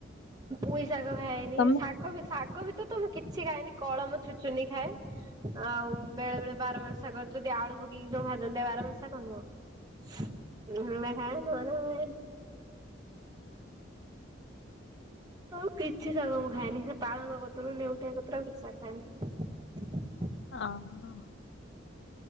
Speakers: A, on the right; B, on the left.
A: ପୁଇ ଶାଗ ଖାଏନି
B: ତମେ
A: ଶାଗ ବି ଶାଗ ଭିତରେ ତ ମୁଁ କିଛି ଖାଏନି କଳମ ଛୁଚୁନି ଖାଏ। ଆଉ ବେଳେ ବେଳେ ବାର ମାସ ଶାଗ ଯଦି ଆଳୁ ପକେଇକି ଯୋଉ ଭାଜନ୍ତିତା ବାର ମାସ ଶାଗ ନୁହଁ <unintelligible> ହଉ କିଛି ଶାଗ ମୁଁ ଖାଏନି ସେ ପାଳଙ୍ଗ ପତ୍ର ନେଉଟିଆ ପତ୍ର ଆଉ କିଛି ଶାଗ ଖାଏନି।
B: ଓ ହୋ।